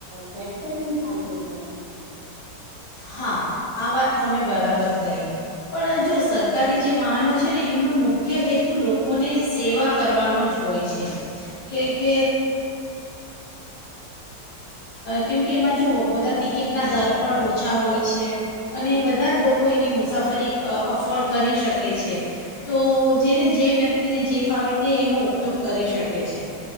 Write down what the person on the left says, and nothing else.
હા, આ વાત તમે બરાબર કરી પણ જો સરકારી જે વાહનો છે ને એમનો મુખ્ય હેતુ લોકોને સેવા કરવાનો જ હોય છે કે કે કેમકે એમાં જો બધા ટિકિટના દર પણ ઓછા ઓછા હોય છે અને બધા જ લોકો એની મુસાફરી અફોર્ડ કરી શકે છે, તો જેને જે વ્યક્તિને જે ફાવે તે એનો ઉપયોગ કરી શકે છે